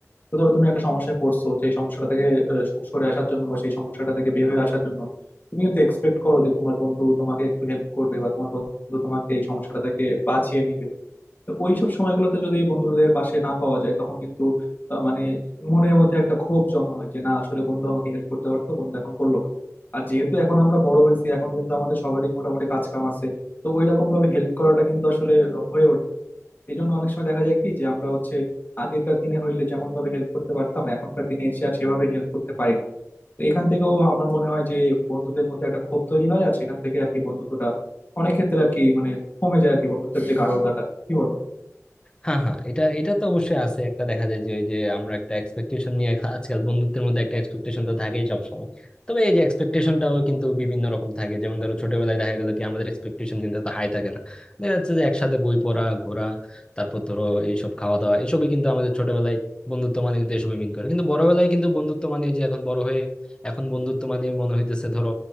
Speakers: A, on the left (about 35°); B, on the left (about 15°).
A: তো ধরো তুমি একটা সমস্যায় পড়ছো সেই সমস্যাটা থেকে আহ, সু- সরে আসার জন্য বা সেই সমস্যাটা থেকে বের হয়ে আসার জন্য তুমি কিন্তু এক্সপেক্ট করো যে তোমার বন্ধু তোমাকে একটু হেল্প করবে বা তোমার বন্ধু তোমাকে এই সমস্যাটা থেকে বাঁচিয়ে নিবে তো ওইসব সময়গুলোতে যদি বন্ধুদের পাশে না পাওয়া যায় তখন কিন্তু আহ, মানে মনের মধ্যে একটা ক্ষোভ জমা হয় যে না আসলে বন্ধু আমাকে হেল্প করতে পারতো বন্ধু এখন করলো না আর যেহেতু এখন আমরা বড় হয়েছি এখন কিন্তু আমাদের সবারই মোটামুটি কাজ কাম আছে তো ওই রকম ভাবে হেল্প করাটা কিন্তু আসলে হয়ে ওঠে না এই জন্য অনেক সময় দেখা যায় কি যে আমরা হচ্ছে আগেকার দিনে হইলে যেমন ভাবে হেল্প করতে পারতাম এখনকার দিনে এসে আর সেভাবে হেল্প করতে পারি না তো এখান থেকেও আমার মনে হয় যে বন্ধুদের মধ্যে একটা ক্ষোভ তৈরি হয় আর সেখান থেকে আর কি বন্ধুত্বটা অনেক ক্ষেত্রে আর কি মানে কমে যায় আর কি বন্ধুত্বের যে গাঢ়তাটা কি বলো
B: হ্যাঁ হ্যাঁ এটা এটা তো অবশ্যই আছে একটা দেখা যায় যে ওই যে আমরা একটা এক্সপেকটেশন নিয়ে খা- আজকাল বন্ধুত্বের মধ্যে একটা এক্সপেকটেশন তো থাকেই সবসময় তবে এই যে এক্সপেকটেশনটাও কিন্তু বিভিন্ন রকম থাকে যেমন ধরো ছোটবেলায় দেখা গেল কি আমাদের এক্সপেকটেশন কিন্তু এত হাই থাকে না দেখা যাচ্ছে যে একসাথে বই পড়া ঘোরা তারপর ধরো এইসব খাওয়া দাওয়া এইসবই কিন্তু আমাদের ছোটবেলায় বন্ধুত্ব মানে কিন্তু এসবই মিন করে কিন্তু বড়বেলায় কিন্তু বন্ধুত্ব মানে এই যে এখন বড় হয়ে এখন বন্ধুত্ব মানে মনে হইতেছে ধরো